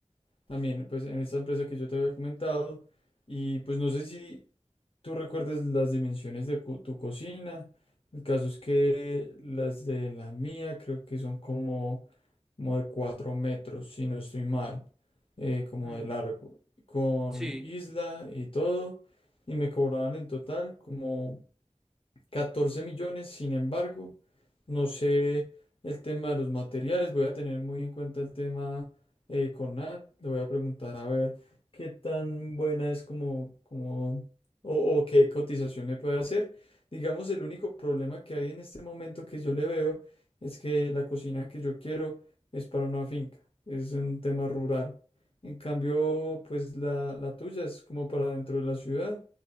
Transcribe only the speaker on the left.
también, pues en esta empresa que yo te había comentado, y pues no sé si tú recuerdes las dimensiones de cu- tu cocina, el caso es que las de la mía creo que son como como de 4 metros, si no estoy mal, eh, como
de largo,
con
isla y todo, y me cobraban en total como catorce millones, sin embargo, no sé el tema de los materiales, voy a tener muy en cuenta el tema eh, con Nat, le voy a preguntar a ver qué tan buena es como, como o, o qué cotización me puede hacer. Digamos, el único problema que hay en este momento que yo le veo es que la cocina que yo quiero es para una finca, es un tema rural. En cambio, pues la, la tuya es como para dentro de la ciudad,